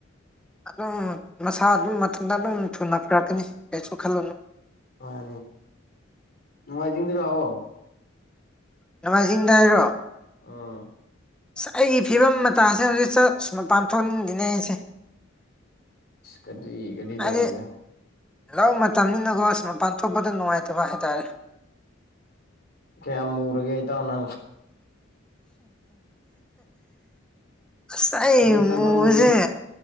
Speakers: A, in the centre; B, on the left (about 55°).
A: ꯑꯗꯨꯝ ꯃꯁꯥ ꯑꯗꯨꯝ ꯃꯊꯟꯇ ꯑꯗꯨꯝ ꯊꯨꯅ ꯐꯔꯛꯀꯅꯤ ꯀꯩꯁꯨ ꯈꯜꯂꯨꯅꯨ
B: ꯍ ꯃ ꯑꯤꯡꯗꯔ ꯂꯕꯣ
A: ꯅꯃꯥꯏꯖꯤꯡꯗ ꯍꯥꯏꯔꯣ
B: ꯑꯥ
A: ꯑꯁ ꯑꯩꯒꯤ ꯐꯤꯕꯝ ꯃꯇꯁꯦ ꯍꯧꯖꯤꯛ ꯆ ꯁ ꯃ ꯄꯥꯟꯊꯣꯛꯈꯤꯅꯦ ꯑꯩꯁꯦ
B: ꯀꯗꯤ ꯀꯗꯤ
A: ꯍꯥꯏꯗꯤ
B: ꯇꯧꯔꯒꯦ
A: ꯂꯧ ꯃꯇꯝꯅꯤꯅꯀꯣ ꯁꯤ ꯃꯄꯥꯟ ꯊꯣꯛꯄꯗ ꯅꯨꯡꯉꯥꯏꯇꯕ ꯍꯥꯏꯇꯥꯔꯦ
B: ꯀꯌꯥ ꯃꯨꯔꯒꯦ ꯊ ꯑꯣꯅ
A: ꯁ
B: ꯂꯧ ꯆꯠꯃꯝꯃꯒꯦ
A: ꯃꯦ